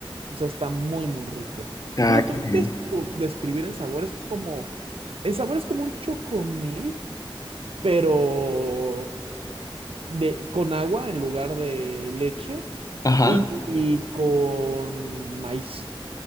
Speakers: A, on the right (about 80°); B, on the left (about 40°).
A: O sea, está muy, muy rico.
B: Ah,
A: Si lo
B: qué
A: tuvieras
B: genial.
A: que describir en sabor, es como, el sabor es como un chocomil pero de, con agua en lugar de leche
B: Ajá.
A: y, y con maíz